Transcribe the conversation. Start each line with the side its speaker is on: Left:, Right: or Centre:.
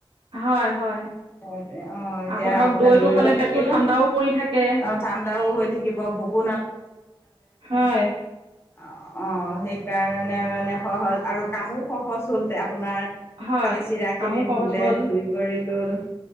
Right: হয় হয়।
Left: অ', অ', এতিয়া
Right: আকৌ ধৰক
Left: আপোনাৰ
Right: দৈটো
Left: দৈকণ
Right: খালে পেটটো
Left: থাকিলে
Right: ঠাণ্ডাও পৰি থাকে
Left: অ', ঠাণ্ডাও হৈ থাকিব ভোকো
Right: হয়
Left: অ অ সেইকাৰণে মানে সহজ আৰু কামো সহজ হল আপোনাৰ
Right: হয়
Left: খালি চিৰা
Right: কামো
Left: খিনি
Right: সহজ
Left: ধুলে
Right: হ'ল
Left: ধুই কৰি লল